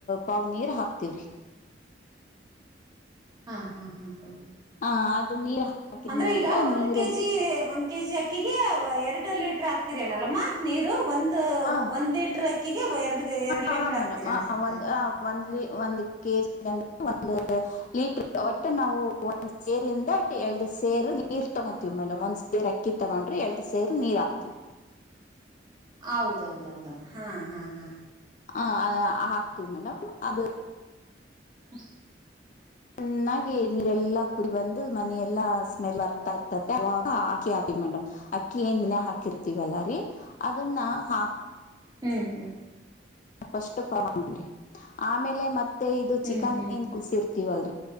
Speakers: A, on the left (about 45°); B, on the right (about 20°).
A: ಪಾವ್ ನೀರ್ ಹಾಕ್ತಿವ್ರಿ.
B: ಹಾ ಹಾ ಹಾ ಹಾ
A: ಹಾ ಅದು ನೀರ್ ಹಾಕಿದ
B: ಅಂದ್ರೆ
A: ನಂತರ
B: ಈಗ ಒಂದ್
A: ನೀರ್
B: ಕೆಜಿ ಒಂದ್ ಕೆಜಿ ಅಕ್ಕಿಗೆ ಎರಡು ಲೀಟ್ರ ಅ ಗ್ತಿರೆನಲ್ಲಮ್ಮ ನೀರು ಒಂದ್
A: ಹ
B: ಒಂದ್ ಲೀಟರ್ ಅಕ್ಕಿಗೆ ಎರಡ್ ಎರಡ್
A: ಹಾ
B: ಲೀಟರ್ ಹಾಕ್ತಿರಿ
A: ಮೇಡಮ್
B: ಅನ್ಸುತ್ತೆ.
A: ಒಂದ್ ಒಂದ್ ಒಂದ್ ಕೆಜಿ ಅಂದ ಒಂದ ಲೀಟರ್ ಒಟ್ಟೆ ನಾವು ಒಂದ್ ಸೇರಿಂದ ಎರಡು ಸೇರು ನೀರ್ ತಗೋತೀವಿ ಮೇಡಮ್. ಒಂದ್ ಸೇರ್ ಅಕ್ಕಿ ತಗೊಂಡ್ರಿ ಎರಡು ಸೇರು ನೀರ್ ಹಾಕ್ತಿವಿ.
B: ಹೌದೌದೌದಮ್ಮ ಹಾ ಹಾ ಹಾ
A: ಹ ಅದ ಹಾಕ್ತೀವಿ ಮೇಡಮ್ ಅದು
B: ಅಹ್
A: ಚೆನ್ನಾಗಿ ನೀರೆಲ್ಲಾ ಕುದಿ ಬಂದು ಮನೆಯೆಲ್ಲಾ ಸ್ಮೆಲ್ ಅರ್ತಾ ಇರ್ತತೆ ಅವಾಗ ಅಕ್ಕಿ ಹಾಕಿವ್ ಮೇಡಮ್. ಅಕ್ಕಿ ಎನ್ ನೆನೆ ಹಾಕಿರ್ತಿವಲ್ಲಾರಿ ಅದನ್ನ ಹಾ
B: ಹ್ಮ್-ಹ್ಮ್
A: ಫಸ್ಟು ಪಮರಿ ಆಮೇಲೆ ಮತ್ ತ್ತೇ ಇದು
B: ಹ್ಮ್
A: ಚಿಕನ್
B: ಹ್ಮ್ ಹ್ಮ್
A: ಏನ್ ಕುಸಿರ್ತಿವಲ್